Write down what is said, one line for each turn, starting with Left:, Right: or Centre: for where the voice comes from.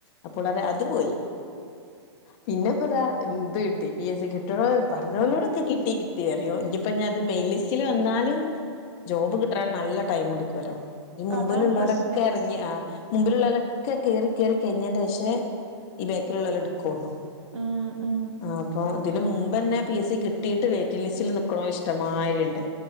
Left: അപ്പോളാരെ അത് പോയി പിന്നെപ്പൊതാ ഇത് കിട്ടി പി എസ് സി കിട്ടണോ പറഞ്ഞോലോടൊക്കെ കിട്ടി കിട്ടിയറിയോ ഇനിപ്പോ ഞാത് മെയിൻലിസ്റ്റില് വന്നാലും ജോബ് കിട്ടെണെ നല്ല ടൈം എടുക്കുവല്ലോ ഈ മുമ്പിലുള്ളവരൊക്കെ
Right: അതാണ് പ്രശ്നം.
Left: ഇറങ്ങി ആ മുമ്പിലുള്ളലൊക്കെ കേറി കേറി കഴിഞ്ഞേന്റെഷേ ഈ ബാക്കിലുള്ളല എടുക്കുകുള്ളൂ
Right: ഉ ഉ
Left: അപ്പൊ ഇതിനന് മുമ്പ് തന്നെ പി എസ് കിട്ടിയിട്ട് വെ്റ്റി ലിസ്റ്റില് നൽക്കണോല് ഇഷ്ടമായരി ഉണ്ട്